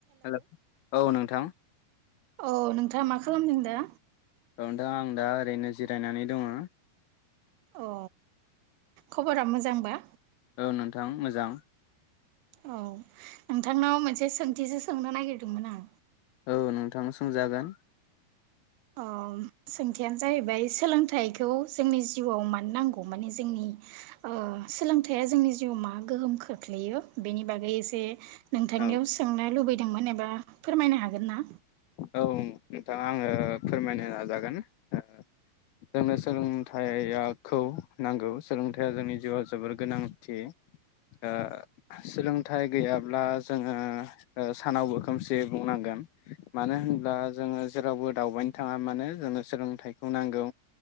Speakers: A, on the left (about 70°); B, on the right (about 80°).
A: Hello औ नोंथां।
B: औ नोंथाङा मा खालामदों दा
A: औ नोंथां आं दा ओरैनो जिरायनानै दङ
B: औ खबरा मोजांबा।
A: औ नोंथां मोजां।
B: औ नोंथांनाव मोनसे सोंथिसो सोंनो नागिरदोंमोन आं।
A: औ नोंथां सोंजागोन।
B: ओ सोंथियानो जाहैबाय सोलोंथाइखौ जोंनि जिउआव मानो नांगौ माने जोंनि ओ सोलोंथाइया जोंनि जिउआव मा गोहोम खोख्लैयो बेनि बागै एसे। नोंथांनियाव
A: औ
B: सोंनो लुबै दोंमोन एबा फोरमायनो हागोन ना।
A: औ नोंथाङा आङो फोरमायनो नाजागोन ओ जोंनो सोलोंथाइयाखौ नांगौ सोलोंथाइया जोंनि जिउआव जोबोर गोनांथि ओ सोलोंथाइ गैयाब्ला जोङो सानावबो खोमसि बुंनांगोन। मानो होनब्ला जोङो जेरावबो दावबायनो थाङा मानो जोंनो सोलोंथाइखौ नांगौ